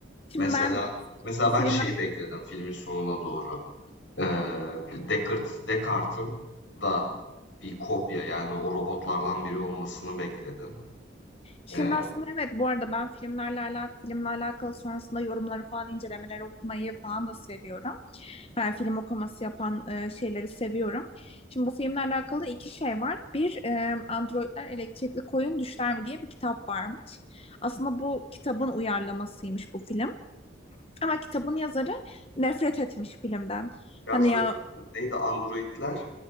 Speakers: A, on the left (about 30°); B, on the left (about 85°).
A: Şimdi
B: Mesela
A: ben
B: mesela ben
A: filmler
B: şeyi bekledim filmin sonuna doğru. Ee, Deckard, Deckard'ın da bir kopya yani o robotlardan biri olmasını bekledim.
A: şimdi
B: Ee,
A: aslında evet bu arada ben filmlerle alakalı filmle alakalı sonrasında yorumları falan incelemeleri okumayı falan da seviyorum. Ben film okuması yapan e, şeyleri seviyorum. Şimdi bu filmle alakalı iki şey var. Bir, e, Androidler Elektrikli Koyun Düşler mi diye bir kitap varmış. Aslında bu kitabın uyarlamasıymış bu film. Ama kitabın yazarı nefret etmiş filmden.
B: biraz
A: Hani
B: söyle
A: ya
B: neydi androidler?